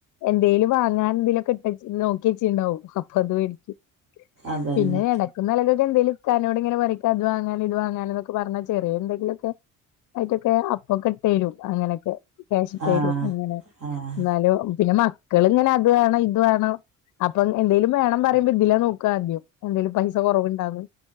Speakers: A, on the left; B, on the right.
A: എന്തേലും വാങ്ങാൻ എന്തേ ലെ കെട്ടച്ച് നോക്ക്യേച്ചി ഇണ്ടാവും. അപ്പൊ ഇത് വേടിച്ച്
B: അതന്നെ
A: പിന്നെ എടക് ന്നെലെക്കെക്ക് എന്തേലും ഇക്കാനോട് ഇങ്ങനെ പണിക്കാ അത് വാങ്ങൻ ഇത് വാങ്ങാനൊക്കെ പറഞ്ഞാ ചെറ്യേ എന്തെങ്കിലൊക്കെ ആയിട്ടൊക്കെ അപ്പൊക്കെ ഇട്ടേരും അങ്ങനെയൊക്കെ ക്യാഷ്ടരും
B: ആഹ്
A: അങ്ങനെ
B: ആഹ്
A: ഇന്നാലും പിന്നെ മക്ക് ക്കള് ഇങ്ങനെ അത് വാണം ഇത് വാണം അപ്പം എന്തേലും വേണം പറയുമ്പോ ഇതിലെ നോക്കാദ്യം. എന്തേലും പൈസ കൊറവ്ണ്ടാന്ന്